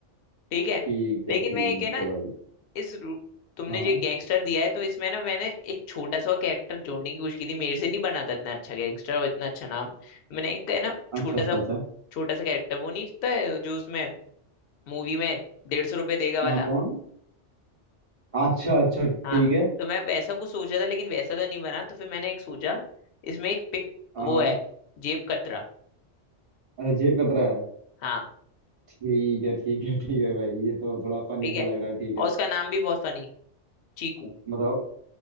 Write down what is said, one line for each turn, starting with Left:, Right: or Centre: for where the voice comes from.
Left: ठीक है
Right: ठीक
Left: लेकिन
Right: है ठीक
Left: मैं एक है ना
Right: है भाई
Left: इस रू- तुमने
Right: हाँ
Left: जो गैंगस्टर दिया है तो इसमें ना मैंने एक छोटा सा कैरेक्टर जोड़ने की कोशिश की थी मेरे से नहीं बना था इतना अच्छा गैंगस्टर और इतना अच्छा नाम मैंने एक है ना छोटा
Right: अच्छा अच्छा
Left: सा
Right: अच्छा
Left: छोटा सा कैरेक्टर वो नहीं था जो उसमें मूवी में डेढ़ सौ रुपये देगा वाला
Right: हाँ कौन अच्छा अच्छा ठीक
Left: हाँ
Right: है
Left: तो मैं वैसा कुछ सोचा था लेकिन वैसा तो नहीं बना तो फिर मैंने एक सोचा इसमें एक पिक
Right: हाँ
Left: वो
Right: हाँ
Left: है जेब कतरा
Right: अच्छा जेब कतरा है
Left: हाँ
Right: ठीक है ठीक है ठीक है भाई ये तो थोड़ा फनी
Left: ठीक
Right: सा
Left: है
Right: लग रहा है ठीक
Left: और
Right: है
Left: उसका नाम भी बहुत फनी चीकू
Right: बताओ